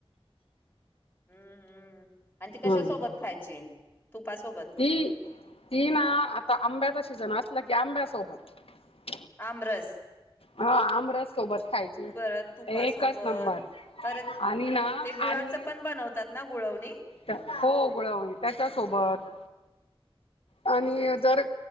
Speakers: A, on the left (about 20°); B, on the left (about 70°).
A: हम्म हम्म! आणि ती कशा
B: हम्म
A: सोबत खायची. तुपासोबत
B: ती ती ना आता आंब्याचा सीजन अस म्हटल की आंब्यासोबत
A: आमरस
B: हा आमरस सोबत खायची
A: परत तुपासोबत
B: एकच नंबर
A: परत
B: आणि ना
A: ते गुळाचं
B: आणि
A: पण बनवतात ना गुळवणी
B: हो गुळवणी त्याच्या सोबत आणि
A: अच्छा अच्छा
B: जर